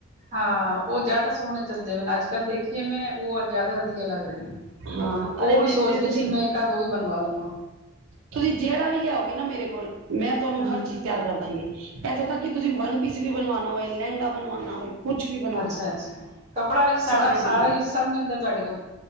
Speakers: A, on the right (about 35°); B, on the right (about 80°).
A: ਹਾਂ, ਓ ਜਾਅਦਾ ਸੋਣੇ ਚੱਲਦੇ ਪਏ ਨੇ, ਅੱਜ ਕੱਲ੍ਹ ਦੇਖੇ ਮੈਂ ਓ ਜਾਅਦਾ ਵਧੀਆ ਲੱਗ ਰੇ ਨੇ
B: ਹਾਂ ਅਰੇ
A: ਉਹ
B: ਮੇਨੂੰ
A: ਵੀ ਸੋਚ
B: ਤੇ
A: ਰਹੀ
B: ਤੁਸੀਂ,
A: ਸੀ ਮੈਂ ਇੱਕ ਆਧ ਉਹ ਵੀ ਬਣਵਾ ਲਵਾਂ
B: ਤੁਸੀਂ ਜੇੜਾ ਵੀ ਲੇਆਓਗੇ ਨਾ ਮੇਰੇ ਕੋਲ, ਮੈਂ ਤੋਨੂੰ
A: ਹੂੰ
B: ਹਰ ਚੀਜ ਤੇਆਰ ਕਰ ਦਾਂਗੀ। ਐਥੋਂ ਤੱਕ ਕਿ ਤੁਸੀਂ ਵੰਨ ਪੀਸ ਵੀ ਬਣਵਾਣਾ ਹੋਏ, ਲੈਂਅਗਾ ਬਣਵਾਣਾ ਹੋਏ। ਕੁਛ ਵੀ ਬਣਵਾਣਾ
A: ਅੱਛਾ-ਅੱਛਾ,
B: ਹੋਏ
A: ਕੱਪੜਾ ਵਿੱਚ ਸਾੜਾ-ਸਾਰਾ
B: ਸਾਰੇ ਹੀ ਬਣਾ
A: ਈ ਸਭ ਮਿਲਦਾ ਤੁਆਡੇ ਕੋਲ?